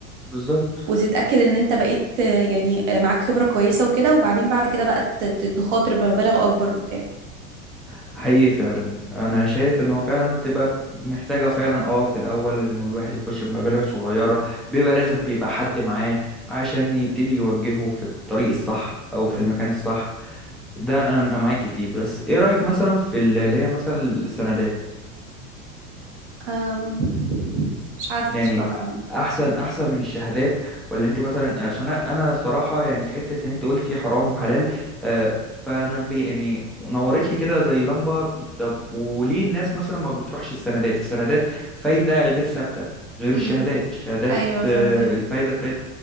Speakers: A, in the centre; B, on the right.
A: بالظبط
B: وتتأكد ان انت بقيت آه، يعني آه، معاك خبرة كويسة وكده وبعدين بعد كده بقى ت- ت- تخاطر بمبالغ اكبر وبتاع
A: حقيقي فعلا انا شايف ان هو فعلا بتبقى محتاجه فعلا اه في الاول انه الواحد يخش بمبالغ صغيره بيبقى لازم يبقى حد معاه عشان يبتدي يوجهه في الطريق الصح او في المكان الصح ده انا أنا معاكي فيه بس ايه رايك مثلا في ال- اللي هي مثلا السندات
B: أم، مش عارفة
A: يعني
B: بصراحة
A: احسن احسن من الشهادات ولا انت مثلا عشان انا أنا صراحه يعني في حته ان انت قلتي حرام وحلال آه، فانا بي يعني نورت لي كده زي لمبه بت- طب وليه الناس مثلا ما بتروحش السندات السندات فايده غير ثابته غير الشهادات
B: امم
A: الشهادات
B: ايوه فاهمين
A: آه، الفايده بتاعتها